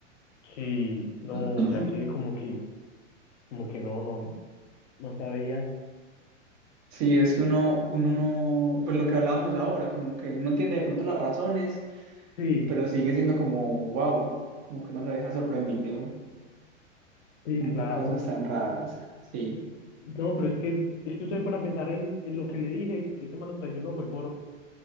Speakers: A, on the left; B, on the right.
A: sí, no,
B: <clears throat>
A: ya que como que, como que no, no, no sabía.
B: Sí, es que uno, uno no, pues lo que hablábamos ahora, como que uno entiende de pronto las razones,
A: Sí,
B: pero sigue siendo como, wow, como que uno lo deja sorprendido,
A: sí,
B: como
A: claro.
B: que cosas tan raras. Sí,
A: No, pero es que, es que usted se pone a pensar en, en lo que le dije, ese man lo traicionó, fue por,